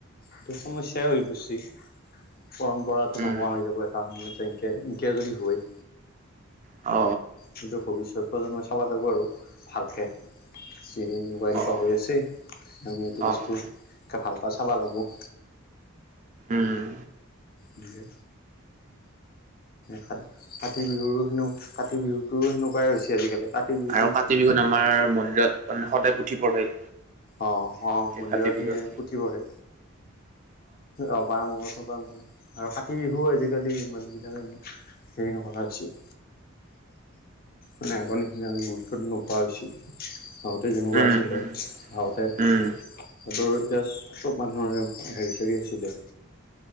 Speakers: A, on the left; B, on the right.
A: এইটো সমস্যয়াই হৈ পৰচি পৰম্পৰাতো
B: উম,
A: নোহোৱা হৈ যাব তাৰ সময়ত এনকে এনকে যদি হয়।
B: অ।
A: কিন্তু ভৱিষ্যত প্ৰজন্মই চাব লাগিব আৰু ভালকে। যি, এনেকুৱা
B: অ',
A: এনেকুৱা হৈ আছে আমি এইটো
B: অ',
A: বস্তু ভালকে চাব লাগিব।
B: উম।
A: নিকে কা, কাতি বিহু সেনেকা, কাতি বিহুতটো সেনেকুৱাই হৈছে আজিকালি কাতি বিহুতো
B: আৰু কাতি বিহুত আমাৰ মন্দিৰত মানে, সদায় পুথি পঢ়ে।
A: অঁ, অ মন্দিৰত
B: কাতি বিহুত।
A: সেইকেদিন পুথি পঢ়ে। অ পা মংগলটোপা আৰু কাতি বিহু আজিকালি মানুহবিলাকে ইমান হেৰি নকৰা হৈছে মানে আগৰ নিচিনা গুৰুত্ব নোপোৱা হৈছিল। যেনেকুৱা
B: উম,
A: আছিলে
B: উম,
A: আগতে হাদৰ
B: উম,
A: এতিয়া অলপ মানুহৰে হেৰি চাৰ আছিলে